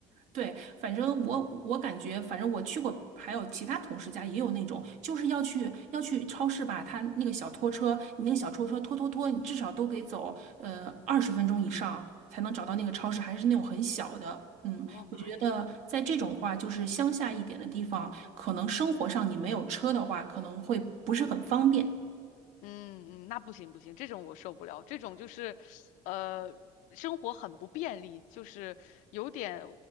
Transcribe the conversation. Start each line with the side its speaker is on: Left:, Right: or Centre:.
Right: 对，反正我我感觉，反正我去过，还有其他同事家也有那种，就是要去要去超市吧，他那个小拖车，你那个小拖车拖拖拖，你至少都得走呃二十分钟以上才能找到那个超市，
Left: 嗯，
Right: 还是那种很小的。嗯，
Left: 我妈呀！
Right: 我觉得在这种话，就是乡下一点的地方，可能生活上你没有车的话，可能会不是很方便。
Left: 嗯嗯，那不行不行，这种我受不了，这种就是，呃，生活很不便利，就是有点，